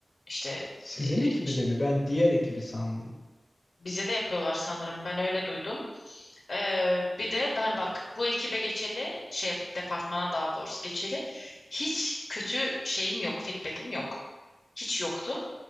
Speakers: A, on the left (about 60°); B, on the left (about 35°).
A: İşte
B: Sizin
A: e,
B: ekibi
A: ç-
B: de mi? Ben diğer ekibi sandım.
A: bize de yapıyorlar sanırım. Ben öyle duydum. Ee, bir de ben bak bu ekibe geçeli şey departmana daha doğrusu geçeli hiç kötü şeyim yok, feedback'im yok. Hiç yoktu.